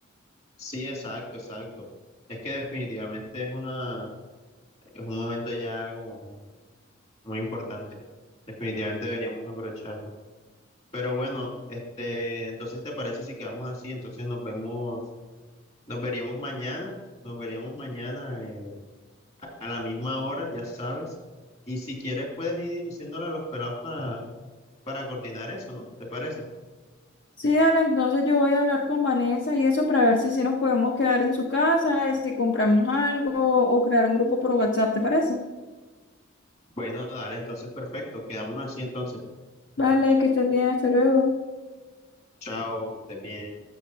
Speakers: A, on the left (about 35°); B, on the left (about 65°).
A: Sí, exacto, exacto. Es que definitivamente es una, es un momento ya como muy importante. Definitivamente deberíamos aprovecharlo. Pero bueno, este, entonces ¿te parece si quedamos así? Entonces nos vemos, nos veríamos mañana, nos veríamos mañana eh, a la misma hora, ya sabes. Y si quieres puedes ir diciéndole a los pelados para, para coordinar eso, ¿no? ¿Te parece?
B: Sí, dale, entonces yo voy a hablar con Vanessa y eso para ver si, si nos podemos quedar en su casa, y si compramos algo o crear un grupo por WhatsApp, ¿te parece?
A: Bueno, dale, entonces perfecto. Quedamos así entonces.
B: Vale, que estés bien, hasta luego.
A: Chao, que estés bien.